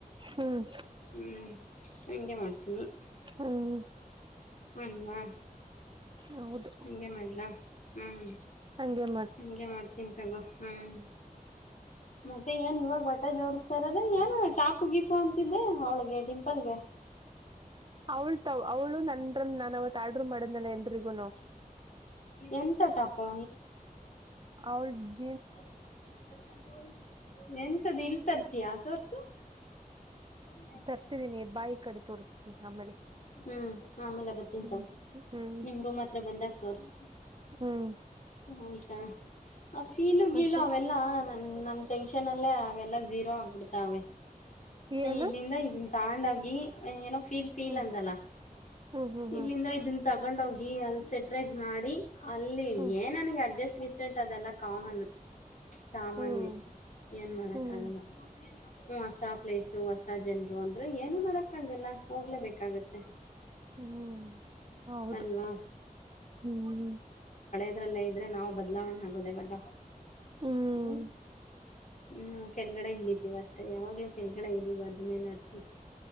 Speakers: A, on the right; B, on the left.
A: ಹ್ಮ್
B: ಹ್ಮ ಹಂಗೆ ಮಾಡ್ತೀನಿ
A: ಹ್ಮ್
B: ಅಲ್ವಾ
A: ಹೌದು
B: ಹಂಗೆ ಮಾಡ್ಲಾ ಹ್ಮ್
A: ಹಂಗೆ ಮತ್ತೆ
B: ಹಂಗೆ ಮಾಡ್ತೀನಿ ತಗೋ ಹ್ಮ್ ಮತ್ತೆ ಏನ್ ಇವಾಗ ಬಟ್ಟೆ ಜೋಡಿಸ್ತಾ ಇರೋದ ಏನ್ ಟಾಪ ಗಿಪ್ ದೀಪು ಅಂತಿದ್ದೆ ಅವಳಗೆ ಡಿಂಪಲ್ಗೆ
A: ಅವಳ ತಾವ ಅವ್ಳು ನಂದ ನಾನ ಅವತ್ ಆಡ್ <unintelligible> ಮಾಡಿದ್ನಲ್ಲ ಎಲ್ರಿಗುನು
B: ಎಂತ ಟಾಪು
A: ಅವ್ಳ <unintelligible>
B: <unintelligible> ಎಂತ್ದು ಇಲ್ ತರ್ಸಿಯಾ ತೋರ್ಸು ಹ್ಮ <unintelligible>
A: ತರ್ಸಿದೀನಿ ಬಾಯಿ ಕಡೆ ತೋರ್ಸ್ತೀನಿ ಆಮೇಲೆ
B: ಹ್ಮ್ ಆಮೇಲೆ ಬತ್ತೀನಿ
A: ಹ್ಮ್
B: ತಗೋ
A: ಹ್ಮ್
B: ನಿಮ್ ರೂಮ್ ಹತ್ರ ಬಂದಾಗ ತೋರ್ಸು
A: ಹ್ಮ್ <unintelligible>
B: ಆಯ್ತಾ ಆ ಫಿಲು ಗೀಲು
A: ಮತ್ತೆ
B: ಅವೆಲ್ಲಾ ನಮ ಟೆನ್ಷನ್ ಅಲ್ಲೇ ಅವೆಲ್ಲ ಜೀರೋ ಆಗ್ಬಿಡ್ತಾವೆ
A: ಏನು
B: ಇಲ್ಲಿಂದ ಇದ ತಾಂಡೋಗಿ ನೀನ್ ಏನೋ ಫೀಲ್ ಫೀಲ್
A: ಹ್ಮ್
B: ಅಂದಲ್ಲ
A: ಹ್ಮ್ ಹ್ಮ್
B: ಇಲ್ಲಿಂದ ಇದ ತಗೊಂಡೋಗಿ ಅಲ್ಲಿ ಸೆಪ್ರೆಟ್ ಮಾಡಿ ಅಲ್ಲಿ
A: ಹ್ಮ್
B: ಏನ್ ನನಗೆ ಅಡ್ಜಸ್ಟ್ ಮಿಸೆಂಟ್ ಅದೆಲ್ಲ ಕಾಮನ್ ಸಾಮಾನ್ಯ
A: ಹ್ಮ್
B: ಏನ್ ಮಾಡಕ್ಕ
A: ಹ್ಮ್
B: ಆಗಲ್ಲ ಹ್ಮ್ ಹಸ <unintelligible> ಯಸು ಹೊಸ ಜನ್ರು ಅಂದ್ರು ಏನು ಮಾಡಕ್ಕ ಆಗಲ್ಲ ಹೋಗ್ಲೇಬೇಕಾಗತ್ತೆ
A: ಹ್ಮ್ ಹೌದು
B: ಅಲ್ವಾ
A: ಹ್ಮ್
B: ಇದ್ರಲ್ಲೇ ಇದ್ದರೆ ನಾವು ಬದಲಾವಣೆ ಆಗೋದು ಯಾವಾಗ
A: ಹ್ಮ್
B: ಹ್ಞ ಹ್ಮ ಕೆಳಗಡೆ ಇಳಿತೀವ ಅಷ್ಟೇ ಯಾವಾಗ್ಲೂ ಕೆಳಗಡೆ ಇಳಿಬಾರ್ದು ಮೇಲೆ ಹತ್ಬೇಕು